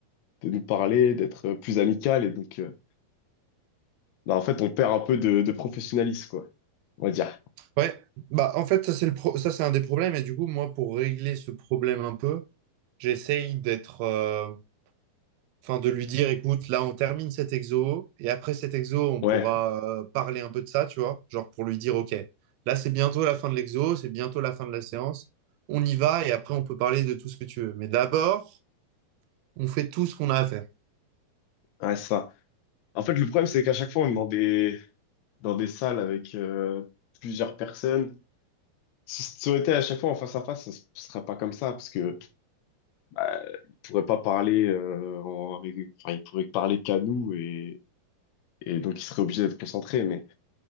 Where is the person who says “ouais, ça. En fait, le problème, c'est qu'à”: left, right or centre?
Left